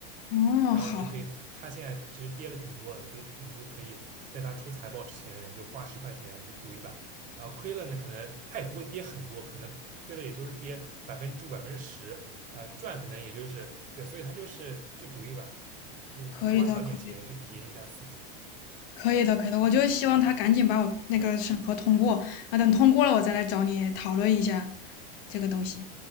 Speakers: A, on the left; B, on the right.
A: 嗯，
B: 然后你就可以，
A: 好，好
B: 它现在其实跌了挺多的，你可以你就可以在它出财报之前，你就花十块钱就赌一把，然后亏了呢，可能它也不会跌很多，可能亏了也就是跌百分之五、百分之十，呃，赚可能也就是对，所以它就是就赌一把，嗯就花小点钱去体验一下刺激。
A: 可以的，可以，可以的，可以的。我就希望他赶紧把我那个审核通过啊，
B: 嗯，
A: 等通过了，我再来找你讨论一下这个东西。
B: 好的。